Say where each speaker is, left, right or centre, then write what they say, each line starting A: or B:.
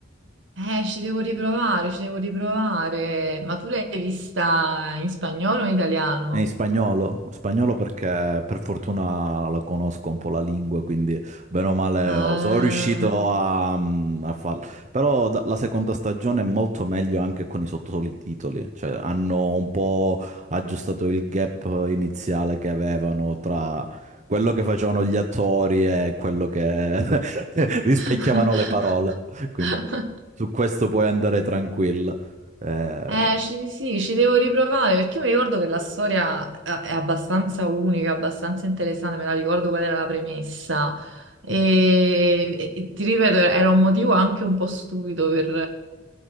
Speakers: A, on the right; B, on the right.
A: Eh, ci devo riprovare, ci devo riprovare. Ma tu l'hai vista in spagnolo o in italiano?
B: È in spagnolo? Spagnolo perché per fortuna lo conosco un po' la lingua, quindi bene o male
A: Ah.
B: oh, sono riuscito a, mm, a farlo. Però da- la seconda stagione è molto meglio anche con i sottotitoli, cioè hanno un po' aggiustato il gap iniziale che avevano tra quello che facevano gli attori e quello che <laughs> rispecchiavano
A: <laughs>
B: le parole. Quindi su questo puoi andare tranquillo. Eh,
A: Eh, ci- sì, ci devo riprovare perché io mi ricordo che la storia è è abbastanza unica, abbastanza interessante, me la ricordo qual era la premessa. E, e- e ti ripeto, era un motivo anche un po' stupido per,